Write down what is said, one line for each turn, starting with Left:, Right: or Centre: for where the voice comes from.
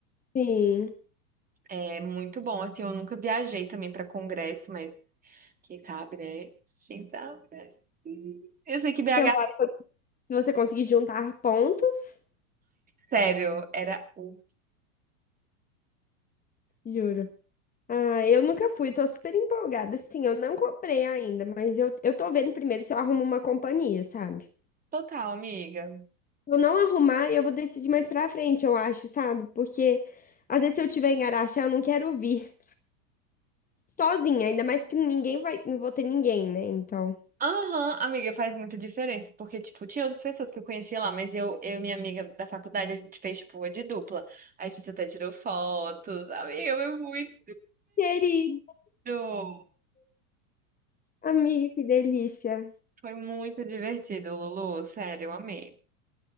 Left: sim.
Right: É muito bom, assim, eu nunca viajei também para congresso, mas quem sabe, né? Quem sabe, né? Eu sei que BH,
Left: Celular, se você conseguir juntar pontos,
Right: sério, era o
Left: juro. Ah, eu nunca fui, tô super empolgada. Assim, eu não comprei ainda, mas eu, eu tô vendo primeiro se eu arrumo uma companhia, sabe?
Right: total, amiga.
Left: Se eu não arrumar, eu vou decidir mais pra frente, eu acho, sabe? Porque às vezes se eu tiver em Araxá, eu não quero vir sozinha, ainda mais que ninguém vai, não vou ter ninguém, né? Então.
Right: Aham, amiga, faz muita diferença, porque, tipo, tinha outras pessoas que eu conhecia lá, mas eu, eu e minha amiga da faculdade, a gente fez, tipo, uma de dupla. A gente até tirou fotos, amiga, foi muito
Left: Querido,
Right: Lu,
Left: amiga, que delícia.
Right: Foi muito divertido, Lulu. Sério, eu amei.